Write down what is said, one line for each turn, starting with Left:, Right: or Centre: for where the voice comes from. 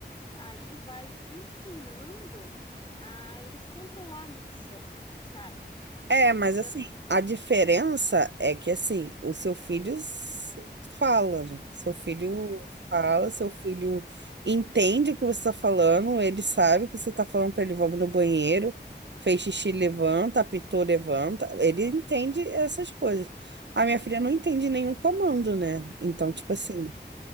Left: Aí vai ensinando a eles controlar a micção, sabe?
Right: É, mas
Left: Então,
Right: assim, a diferença é que assim, o seu filho s- fala, né? Seu filho
Left: Uhum.
Right: fala, seu filho
Left: É.
Right: entende o que você está falando, ele sabe que você está falando para ele, vamos no banheiro, fez xixi, levanta, apitou, levanta. Ele entende essas coisas. A minha filha
Left: sim.
Right: não entende nenhum comando, né? Então, tipo assim.
Left: É.